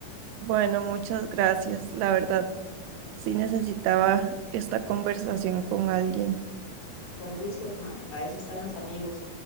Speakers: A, on the right; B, on the left.
A: Bueno, muchas gracias. La verdad, sí necesitaba esta conversación con alguien.
B: Con gusto, mae, para eso están los amigos.